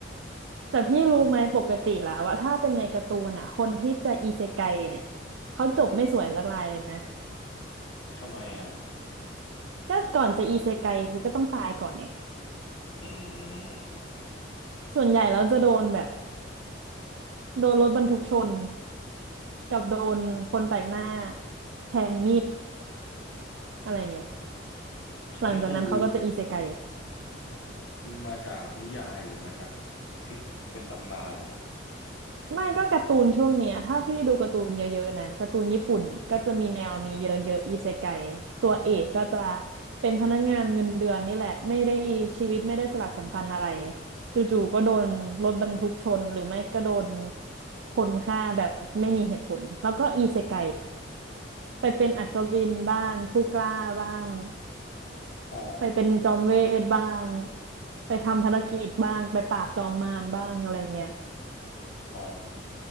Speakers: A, on the right (about 80°); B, on the left (about 85°).
A: ๆแต่พี่รู้ไหมปกติแล้วว่าถ้าเป็นในการ์ตูนอ่ะคนที่จะอิเซไกเนี่ยเขาจบไม่สวยสักรายเลยนะ
B: ทำไมอ่ะ
A: ก็ก่อนจะอีเซไกคือก็ต้องตายก่อนไง
B: อืม
A: ส่วนใหญ่แล้วจะโดนแบบโดนรถบรรทุกชนกับโดนคนแปลกหน้าแทงมีดอะไรเงี้ย
B: อันนี้คือ
A: หลังจากนั้นเขาก็จะอิเซไก
B: มาจากนิยายหรือมาจากที่เป็นตำนานเหรอ
A: ไม่ก็การ์ตูนช่วงเนี้ยถ้าพี่ดูการ์ตูนเยอะๆนะการ์ตูนญี่ปุ่นก็จะมีแนวนี้เยอะๆอิเซไกตัวเอกก็จะเป็นพนักงานเงินเดือนนี่แหละไม่ได้ชีวิตไม่ได้สลักสำคัญอะไรจู่ๆก็โดนรถบรรทุกชนหรือไม่ก็โดนคนฆ่าแบบไม่มีเหตุผลแล้วก็อิเซไก ไปเป็นอัศวินบ้างผู้กล้าบ้าง
B: อ๋ออ๋อ
A: ไปเป็นจอมเวทบ้างไปทำภารกิจบ้างไปปราบจอมมารบ้างอะไรเงี้ย
B: อ๋อ